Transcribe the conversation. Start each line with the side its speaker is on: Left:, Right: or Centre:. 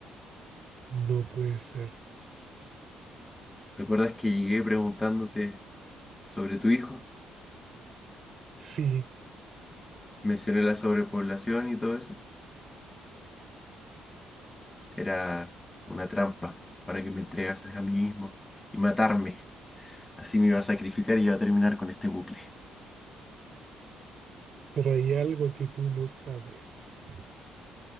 Right: No puede ser.
Left: ¿Recuerdas que llegué preguntándote sobre tu hijo?
Right: Sí,
Left: Mencioné la sobrepoblación y todo eso. Era una trampa para que me entregases a mí mismo y matarme. Así me iba a sacrificar y iba a terminar con este bucle.
Right: pero hay algo que tú no sabes.